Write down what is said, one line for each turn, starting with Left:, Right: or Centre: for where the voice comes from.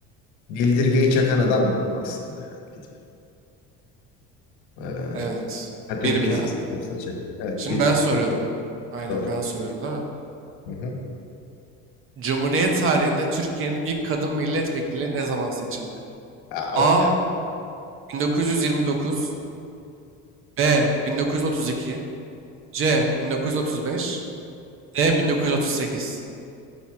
Left: Bildirgeyi çakan adam bu aslında. Yani gidip, eee,
Right: Evet.
Left: Katolik
Right: Bir bir
Left: kilisesinin
Right: abi.
Left: kapısına çakıyor. Evet.
Right: Şimdi
Left: Bir
Right: ben
Left: bir.
Right: soruyorum. Aynen
Left: Doğru.
Right: ben soruyorum değil mi?
Left: Hı hı.
Right: Cumhuriyet tarihinde Türkiye'nin ilk kadın milletvekili ne zaman seçildi?
Left: Aa,
Right: A.
Left: of ya.
Right: 1929 B. 1932 C. 1935 D. 1938